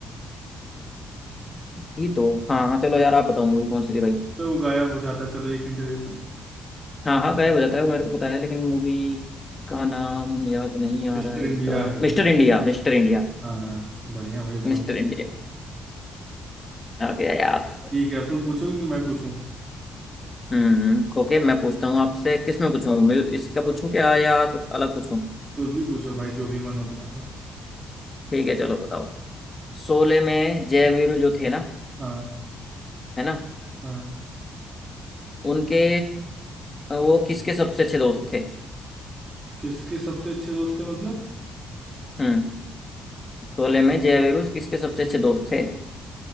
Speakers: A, on the left; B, on the right.
A: ये तो हाँ हाँ चलो यार आप बताओ मूवी कौन सी थी भाई
B: तो वो गायब हो जाता चलो एक हिंट देता हूँ
A: हाँ हाँ गायब हो जाता है वो मेरे को पता है लेकिन मूवी का नाम याद नहीं आ
B: मिस्टर
A: रहा है
B: इंडिया
A: इसका
B: है वो
A: Mister India mister India
B: हाँ बढ़िया भाई
A: Mister
B: बहुत
A: India आ गया याद
B: ठीक है अब तुम पूछोगे कि मैं पूछूं
A: हम्म हम्म, ओके मैं पूछता हूँ आपसे किस में पूछूँ म्यू- इसका पूछूं क्या या कुछ अलग पूछूं
B: कुछ भी पूछो भाई जो भी मन हो तुम्हारा आज
A: ठीक है चलो बताओ शोले में जय वीरू जो थे ना
B: हाँ
A: है ना
B: हाँ
A: उनके वो किसके सबसे अच्छे दोस्त थे
B: किसके सबसे अच्छे दोस्त थे मतलब
A: हम्म, शोले में जय वीरू किसके सबसे अच्छे दोस्त थे